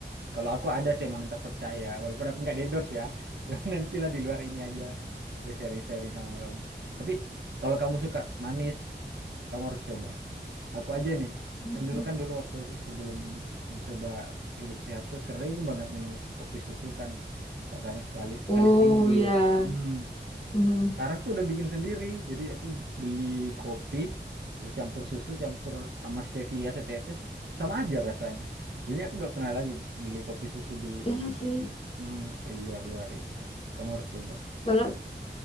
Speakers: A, on the right; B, on the left.
A: Kalau aku ada sih emang yang terpercaya, walaupun aku nggak endorse ya. <laughs> Jangan nantilah di luar ini aja. Aku sharing-sharing sama kamu. Tapi kalau kamu suka manis, kamu harus coba. Aku aja nih,
B: <laughs>
A: kan dulu kan dulu waktu sebelum mencoba hidup sehat tuh sering banget minum kopi susu kan. ya. Kok Kadang sekali sekali
B: Oh,
A: seminggu dulu.
B: ya.
A: Hmm.
B: Mhm.
A: Sekarang tuh udah bikin sendiri. Jadi aku beli kopi, terus campur susu, campur sama stevia setetes, sama aja rasanya. Jadi aku nggak pernah lagi beli kopi susu di
B: Iya sih,
A: Hmm, kayak di luar-luar itu. Kamu harus coba.
B: soalnya